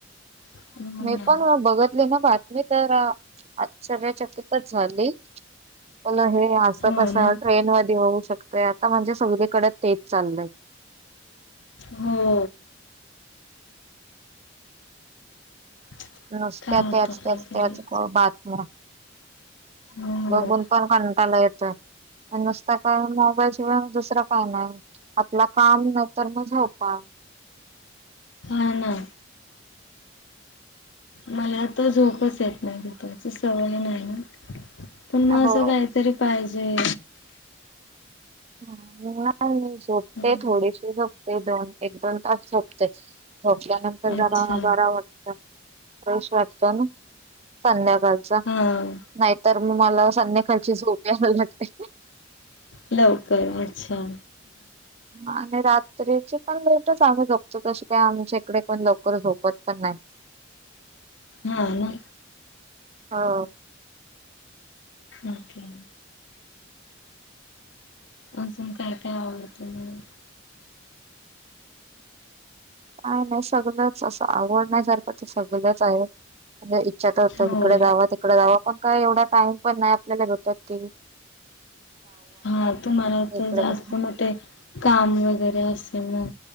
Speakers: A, on the left; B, on the right.
A: हो
B: मी
A: ना.
B: पण बघतली ना बातमी तर? आश्चर्यचकित झाली. पुनः हे असं
A: हो
B: कसं
A: ना.
B: ट्रेन मध्ये होऊ शकतं. आता म्हणजे सगळीकडे तेच चाललंय.
A: हो. <inaudible>
B: नुसत्या
A: काय
B: त्याचं,
A: होतं काय तरी.
B: त्याचं त्या बातम्या
A: हो.
B: बघून. पण कंटाला येतोय. नुसतं काय मोबाईल शिवाय दुसरा काय नाही? आपलं काम नई तर मग झोपा.
A: हा ना. मला तर झोपचं येत नाही. दुपारची सवय नाही ना. पण मग
B: हो.
A: असं काहीतरी पाहिजे?
B: नाही मी झोपते
A: हम्म,
B: थोडीशी झोपते दोन एक दोन तास झोपते. झोपल्यानंतर
A: अच्छा
B: जरा मग बरं वाटतं. फ्रेश वाटतं ना संध्याकाळचं.
A: हम.
B: नाही तर मग मला संध्याकालची झोप यायल लागते.
A: लवकर अच्छा.
B: आणि रात्रीची पण लेट चं आम्ही झोपतो. तसं काय आमच्या इकडे पण लवकर झोपत पण नाही.
A: हा ना.
B: हा.
A: ओके. अजून काय- काय आवडतं मग
B: आ नई शगलंत असं आवड सारखं सगळंच आहे इच्छा होत
A: हो.
B: इकडे जावा इकडं जावं पण काय एवढा टाइम पण नाही आपल्याला भेटात ती
A: हा, तुम्हाला
B: इकडे
A: तर जास्त
B: तिकडे.
A: म ते काम वगैरे असेल ना.